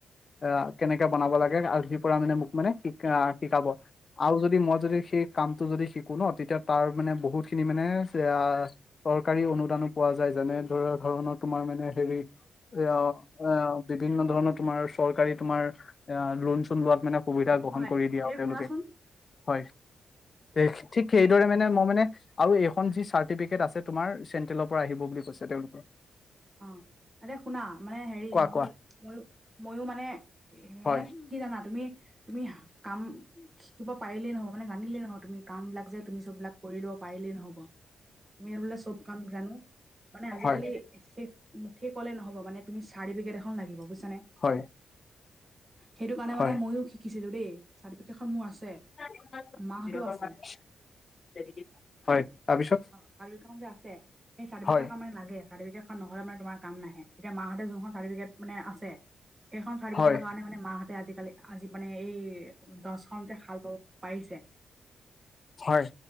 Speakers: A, on the left; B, on the right.
A: আ, কেনেকে বনাব লাগে আজ জিৰ পৰা মানে মোক মানে শিকা শিকাব আৰু যদি মই যদি সেই কামটো যদি শি কো ন, তেতিয়া তাৰ মানে বহুতখিনি মানে চে আ চৰকাৰী অনুদানো পোৱা যায় যেনে ধৰা ধৰণৰ তোমাৰ মানে হেৰি এঅ এ বিভিন্ন ধৰণৰ তোমাৰ চৰকাৰী তোমাৰ এ লোন-চোন লোৱাত মানে সুবিধা গ্ৰহণ
B: হয়,
A: কৰি দিয়া
B: এতিয়া
A: আৰু তেওঁলোকে।
B: শুনাচোন
A: হয়, শেষ ঠিক সেইদৰে মানে মই মানে আৰু এইখন যি চাৰ্টিফিকেট আছে তোমাৰ, চেন্ট্ৰেলৰ পৰা আহিব বুলি কৈছে তেওঁলোকৰ।
B: অ', এতিয়া শুনা মানে হেৰি
A: কোৱা
B: ময়ো
A: কোৱা
B: মইও মইও মানে এ
A: হয়
B: মানে সি কি জানা তুমি-তুমি হা কাম শিকিব পাৰিলেই নহব মানে জানিলেই নহয় তুমি কামবিলাক যে তুমি চববিলাক কৰি লব পাৰিলেই নহ'ব। মেৰুলে চব কাম জানো, মানে আজিকালি
A: হয়
B: শেষ মূ্খে ক'লে নহব মানে তুমি চাৰ্টিফিকেট এখন লাগিব, বুজছানে?
A: হয়।
B: সেইটো কাৰণে
A: হয়
B: মানে মইয়ো শিকিছিলোঁ দেই, চাৰ্টিফিকেটখন মোৰ আছে।
A: সিহঁতৰ
B: মাহঁতো আছে
A: মানে <unintelligible> চাৰ্টিফিকেট হয়, তাৰপিছত?
B: অ', চাৰ্টিফিকেটখন যে আছে সেই চাৰ্টিফিকেটখন
A: হয়
B: মানে লাগে। চাৰ্টিফিকেটখন নহলে মানে তোমাৰ কাম নাহে, এতিয়া মাহঁতে যোনখন চাৰ্টিফিকেট মানে আছে সেইখন চাৰ্টিফিকেটৰ
A: হয়
B: কাৰণে মানে মাহঁতে আজিকালি আজি মানে এই দছখন যে শাল ব'ব পাৰিছে।
A: হয়।